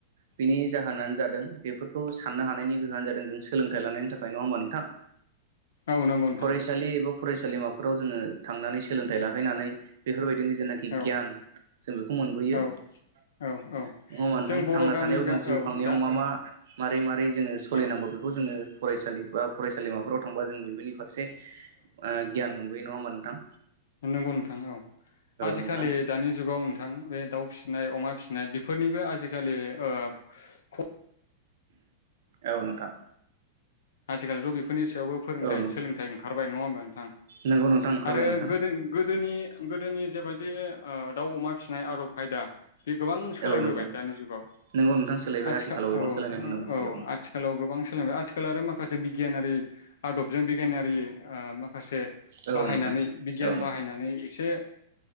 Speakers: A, on the right; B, on the left.
A: बिनि जाहोनानो जादों बेफोरखौ साननो हानायनि गोहोआनो जादों जों सोलोंथाइ लानायनि थाखाय नङा होमबा नोंथां
B: औ नंगौ नोंथां
A: फरायसालि एबा फरायसा सोलिमाफोराव जोङो थांनानै सोलोंथाइ लाहैनानै बेफोरबायदिनो जेनाखि
B: औ
A: गियान जों बेखौ मोनबोयो
B: औ
A: नङा
B: औ औ
A: होमबा नोंथां
B: जों बर'
A: थांना
B: गामि
A: थानायाव
B: गा
A: जों जिउ
B: औ
A: खांनायाव
B: दा
A: मा मा मारै मारै जोङो सलिनांगौ
B: औ
A: बेखौ जोङो फरायसालि बा फरायसालिमाफोराव थांबा जों बेफोनि फारसे ओ गियान मोनबोयो नङा होनबा नों थां
B: नोंगौ नोंथां औ आजिखालि
A: नोंथां
B: दानि जु जुगाव नोंथां बे दाउ फिसिनाय अमा फिसिनाय बेफोरनिबो आजिखालि ओ ख
A: औ नोंथां
B: आजिखालिथ बे फोरनि सायावबो फोरोंथाइ
A: औ नोंथां
B: सोलोंथाइ ओंखारबाय नङा होमबा नोंथां
A: नोंगौ नोंथां ओंखारबाय
B: आरो
A: नोंथां
B: गोदोनि गोदोनि गोदोनि जेबायदि ओ दाउ अमा फिसिनाय आदब खायदा बे गोबां सोलायबोबाय
A: औ नोंथां
B: दानि जुगाव
A: नोंगौ नोंथां सोलायबाय
B: आथिखाल
A: आथिखालाव गोबां
B: औ ओ
A: सोलायनाय नुनो मोनसै
B: औ
A: नोंथां
B: आथिखालाव गोबां सोलायबाय आथिखाल आरो मा माखासे बिगियानारि आदबजों बिगियानारि ओ माख माखासे
A: औ
B: बाहायनानै
A: नोंथां
B: बिगियान
A: औ
B: बाहायनानै एसे